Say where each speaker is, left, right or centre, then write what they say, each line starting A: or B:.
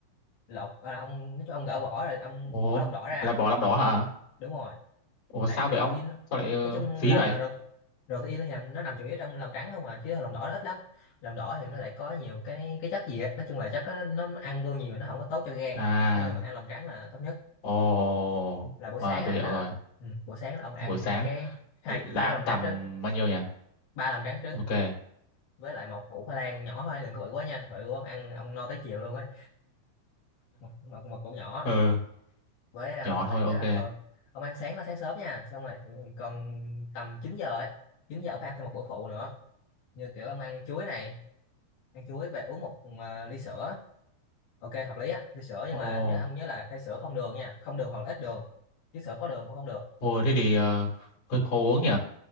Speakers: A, on the left; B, on the left.
A: lột à, ông nói chung ông gỡ vỏ rồi ông
B: ồ
A: bỏ lòng đỏ ra
B: là bỏ lòng
A: ừ,
B: đỏ hả
A: đúng rồi
B: Ủa
A: tại
B: sao
A: protein
B: vậy ông?
A: á.
B: Sao lại ờ,
A: nói chung
B: phí
A: là
B: vậy?
A: ro- protein thì nằm- nó nằm chủ yếu trong lòng trắng không à chứ lòng đỏ nó ít lắm lòng đỏ thì nó lại có nhiều cái cái chất gì á nói chung là chất đó, nó nó ăn vô nhiều nó không có tốt cho gan
B: À,
A: cho nên mình ăn lòng trắng là tốt nhất
B: ồ,
A: là buổi
B: à,
A: sáng á
B: tôi hiểu
A: là
B: rồi.
A: ừ, buổi sáng là ông ăn
B: Là buổi sáng
A: hai cái hai
B: là
A: ba
B: ăn
A: cái lòng
B: tầm
A: trắng trứng
B: bao nhiêu nhỉ?
A: ba lòng trắng trứng
B: Ok.
A: với lại một củ khoai lang nhỏ thôi đừng có bự quá nha bự quá ông ăn ông no tới chiều luôn ấy một, một, một củ nhỏ
B: Ừ,
A: với ờ,
B: nhỏ
A: khoảng
B: thôi, ok.
A: ờ ờ, ông ăn sáng nó sáng sớm nha xong rồi ừ, còn tầm 9 giờ ấy 9 giờ ông phải ăn thêm một bữa phụ nữa như kiểu ông ăn chuối này ăn chuối về uống một ờ, ly sữa ok hợp lý á ly sữa nhưng
B: Ồ,
A: mà nhớ ông nhớ là phải sữa không đường nha không đường hoặc là ít đường chứ sữa có đường cũng không được
B: thôi thế thì
A: Tại-
B: ờ, hơi khó uống nhỉ?